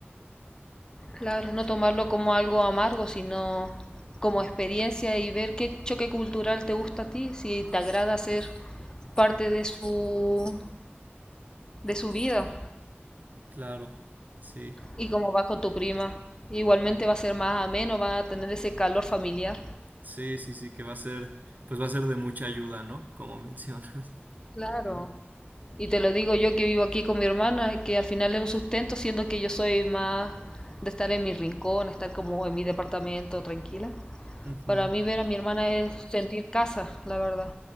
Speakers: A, on the left; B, on the right.
A: Claro, no tomarlo como algo amargo, sino como experiencia y ver qué choque cultural te gusta a ti, si te agrada ser parte de su, de su vida.
B: Claro, sí,
A: Y como va con tu prima. Igualmente va a ser más ameno, va a tener ese calor familiar.
B: sí, sí, sí, que va a ser, pues va a ser de mucha ayuda, ¿no? Como mencionas.
A: Claro. Y te lo digo yo que vivo aquí con mi hermana, que al final es un sustento, siendo que yo soy más de estar en mi rincón, estar como en mi departamento tranquila.
B: Ujú,
A: Para mí ver a mi hermana es sentir casa, la verdad.